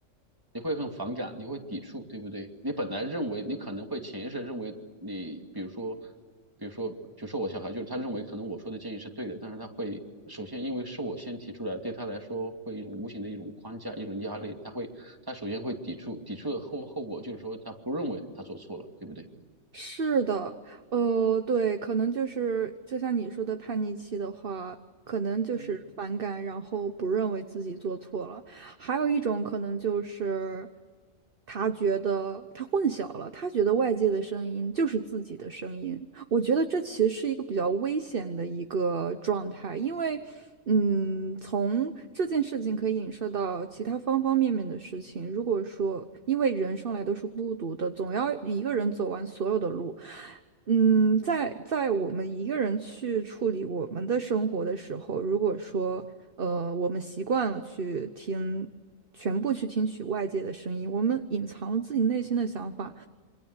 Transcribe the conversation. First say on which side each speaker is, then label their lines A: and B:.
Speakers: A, on the right (about 15°); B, on the right (about 45°).
A: 你会很反感，你会抵触，对不对？你本来认为你可能会潜意识认为你，比如说，比如说，就说我小孩，就是他认为可能我说的建议是对的，但是他会首先因为是我先提出来，对他来说会一种无形的一种框架，一种压力，他会他首先会抵触，抵触的后后果就是说他不认为他做错了，对不对？
B: 是的，呃，对，可能就是就像你说的叛逆期的话，可能就是反感，
A: 嗯，
B: 然后不认为自己做错了。还有一种可能就是他觉得他混淆了，他觉得外界的声音就是自己的声音。我觉得这其实是一个比较危险的一个状态，因为。嗯，从这件事情可以影射到其他方方面面的事情。如果说，因为人生来都是孤独的，总要一个人走完所有的路。嗯，在在我们一个人去处理我们的生活的时候，如果说，呃，我们习惯了去听，全部去听取外界的声音，我们隐藏了自己内心的想法。